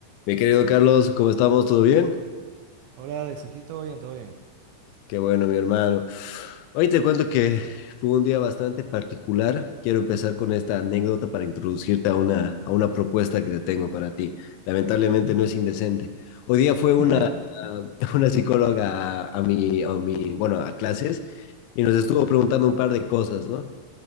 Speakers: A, on the left (about 90°); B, on the right (about 80°).
A: Mi querido Carlos, ¿cómo estamos? ¿Todo bien?
B: Hola Alex, aquí todo bien, todo bien.
A: Qué bueno, mi hermano. Hoy te cuento que fue un día bastante particular. Quiero empezar con esta anécdota para introducirte a una, a una propuesta que te tengo para ti. Lamentablemente no es indecente. Hoy día fue una,
B: <laughs>
A: <laughs> una psicóloga a, a mi, a mi, bueno, a clases y nos estuvo preguntando un par de cosas, ¿no?